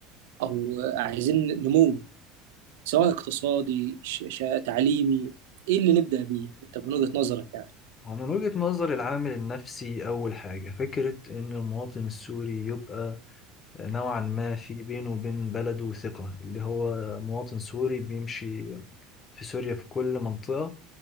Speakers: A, on the right; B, on the left.
A: أو آه، عايزين نمو سواء اقتصادي ش- ش- تعليمي ايه اللي نبدأ بيه انت من وجهة نظرك يعني
B: هو من وجهة نظر العامل النفسي أول حاجة فكرة إن المواطن السوري يبقى نوعا ما في بينه وبين بلده ثقة اللي هو مواطن سوري بيمشي في سوريا في كل منطقة